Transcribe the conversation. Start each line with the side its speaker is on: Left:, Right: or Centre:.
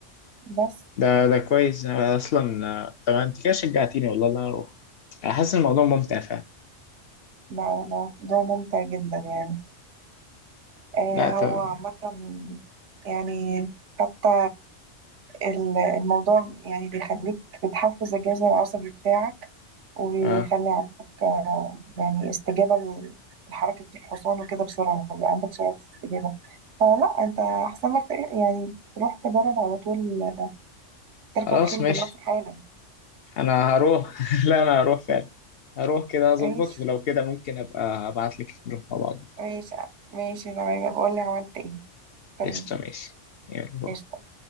Right: بس
Left: ده ده كويس أنا اصلا آه، طب انت كده شجعتيني والله ان انا اروح انا حاسس إن الموضوع ممتع فعلا
Right: بقى موضوع ممتع جدا يعني آه،
Left: لا طب
Right: هو عامة يعني حتى ال- الموضوع يعني بيخليك بتحفز الجهاز العصبي بتاعك ويخلي
Left: آه.
Right: عندك آه، يعني استجابة ل- لحركة الحصان وكده بسرعة فبقى عندك سرعة استجابة فلا انت أحسن لك تق- يعني تروح تجرب على طول آه، تركب
Left: خلاص
Right: خيل
Left: ماشي
Right: دلوقتي حالا
Left: انا هروح <laughs> لا انا هروح فعلا
Right: <laughs>
Left: هروح كده اظبط
Right: ماشي
Left: ولو كده ممكن ابقى ابعت لك نروح مع بعض
Right: ماشي ماشي تمام بقول لي عملت ايه تمام
Left: قشطة ماشي يلا باي.
Right: قشطة